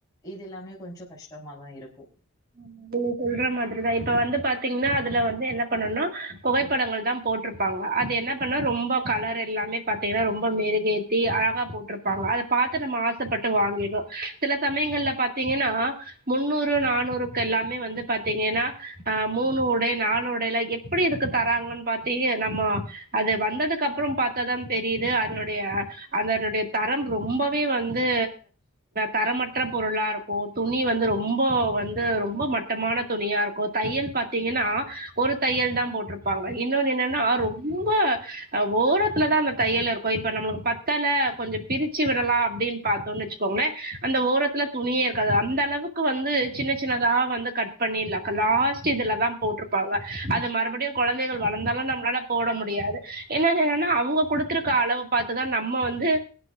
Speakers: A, on the left (about 15°); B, on the right (about 40°).
A: இது எல்லாமே கொஞ்சகஷ்டமா தா இருக்கு
B: ஆமா நீங்க சொல்ற மாதிரிதா இப்ப வந்து பாத்திங்னா அதுல வந் து என்ன பண்ணுனா புகைப்படங்கள் தா போட்ருப்பாங்க அது என்ன பண்ண ரொம்ப கலர் எல்லாமே பாத்திங்னா ரொம்ப மெருகேத்தி அழகா போட்ருப்பாங்க அத பாத்து நம்ம ஆசப்பட்டு வாங்கிடறோ சில சமயங்கள்ல பாத்திங்கனா முன்னூறு நானூறுக்கெல்லாமே வந்து பாத்திங்கனா ஆ மூணு உடை நா லு உடைலா எப்படி இதுக்கு தராங்கன் பாத்தியே நம்ம அது வந்ததுக்கப்புற பாத்தாதான தெரிது அதனுடைய அதனுடைய தரம் ரொம்பவே வந்து தரமற்ற பொருளா இருக்கு துணி வந்து ரொம்ப வந்து ரொம்ப மட்டமான துணியா இருக்கு தையல் பாத்திங்கனா ஒரு தையல் தா போட்ருப்பாங்க இன்னொனு என்னனா ரொம்ப ஓரத்துல தா அந்த தையல் இருக்கு இப்ப நமளுக்கு பத்தல கொஞ்ச பிரிச்சு விடலா அப்டின் பாத்தோன் வச்சுக்கோங்ளே அந்த ஓரத்துல துணியே இருக்காது அந்த அளவுக்கு வந்து சின்ன சின்னதா வந்து கட் பண்ணி லக லாஸ்ட் இதுல தா போட்ரு ப்பாங்க அது மறுபடியு குழந்தைகள் வளந்தாலு நம்ளால போட முடியாது இன்னொனு என்னனா அவுங்க குடுத்துருக்க அளவ பாத்துதா நம்ம வந்து